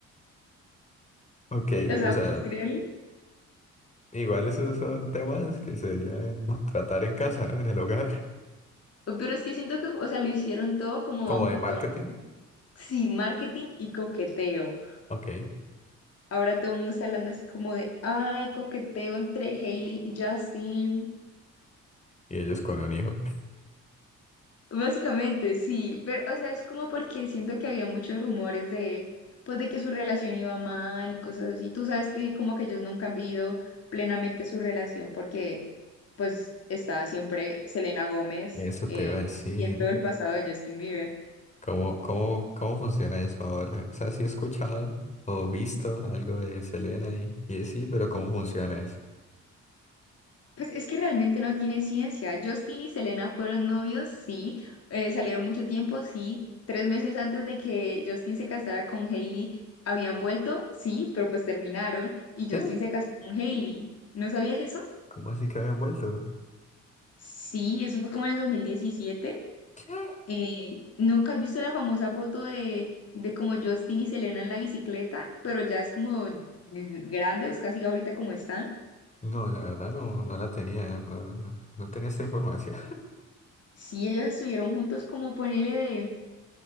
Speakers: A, on the left (about 25°); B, on the left (about 55°).
A: ok,
B: O sea,
A: o sea,
B: ¿puedes creerlo?
A: igual esos son temas que se deberían <laughs> tratar en casa, ¿no? En el hogar,
B: Pero es que siento que, o sea, lo hicieron todo como
A: como
B: bajo un
A: de marketing.
B: tono, sí, marketing y coqueteo.
A: Ok, y
B: Ahora todo el mundo está hablando así como de, ay, coqueteo entre Hailey y Justin.
A: ellos con un hijo.
B: Básicamente, sí, pero, o sea, es como porque siento que había muchos rumores de, pues, de que su relación iba mal y cosas así. Tú sabes que como que ellos nunca han vivido plenamente su relación porque, pues, está siempre Selena Gómez,
A: Eso
B: eh,
A: te iba a decir.
B: siendo el pasado de Justin Bieber.
A: ¿Cómo, cómo, cómo funciona eso ahora? O sea, sí he escuchado o visto algo de Selena y, y de sí, pero ¿cómo funciona eso?
B: Pues es que realmente no tiene ciencia. Justin y Selena fueron novios, sí. Eh, salieron mucho tiempo, sí. Tres meses antes de que Justin se casara con Hailey, habían vuelto, sí, pero pues terminaron y
A: ¿Qué?
B: Justin se casó con Hailey. ¿No sabías eso?
A: ¿Cómo así que habían vuelto?
B: Sí, eso fue como en el 2017.
A: ¿Qué?
B: Eh, ¿nunca has visto la famosa foto de, de como Justin y Selena en la bicicleta? Pero ya es como grandes, casi ahorita como están.
A: No, la verdad no, no la tenía, no, no- no tenía esta información. <laughs>
B: Sí, ellos estuvieron juntos como ponele de